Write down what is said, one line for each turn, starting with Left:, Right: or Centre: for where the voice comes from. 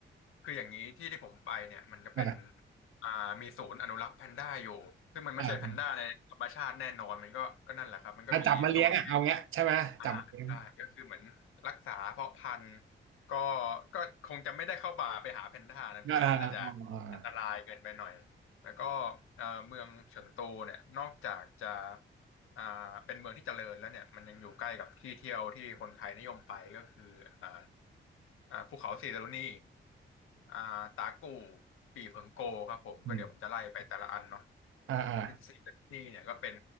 Left: คืออย่างนี้ที่ที่ผมไปเนี่ยมันจะเป็น
Right: อ่า
Left: อ่ามีศูนย์อนุรักษ์แพนด้าอยู่ซึ่งมันไม่ใช่แพนด้าในธรรมชาติแน่นอนมันก็ก็นั่นแหละครับมันก็มีโซน
Right: อ่าถ้าจับมาเลี้ยงอ่ะเอาเงี้ยใช่ไหมจับมาเลี้ยง
Left: อ่าใช่ก็คือเหมือนรักษาเพาะพันธุ์ก็ก็คงจะไม่ได้เข้าป่าไปหาแพนด้านะพี่อันนั้นน่าจะ
Right: อ่าอ่าอ่าอ่า
Left: อันตรายเกินไปหน่อยแล้วก็เอ่อเมืองเฉิงตูเนี่ยนอกจากจะอ่าเป็นเมืองที่เจริญแล้วเนี่ยมันยังอยู่ใกล้กับที่เที่ยวที่คนไทยนิยมไปก็คืออ่าอ่าภูเขาสีดารุณีอ่าตากู่ปี่เผิงโกครับผมก็เดี๋ยวผมจะไล่ไปแต่ละอันเนาะ
Right: อืมอ่าอ่า
Left: สีดารุณีเนี่ยก็เป็น